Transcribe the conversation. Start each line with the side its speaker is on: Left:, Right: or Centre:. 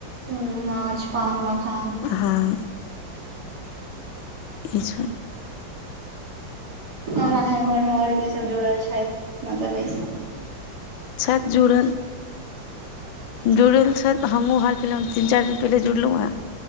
Right: उ माछ पान मखान
Left: हाँ ई छन
Right: आओर अहाँके घरमे आओर के सब जुड़ल छथि मतलब ऐस
Left: छथित जुड़ल जुड़ल छैत हमहूँ हाल फिहलहाल तीन चारि दिन पहिले जुड़लौं हेँ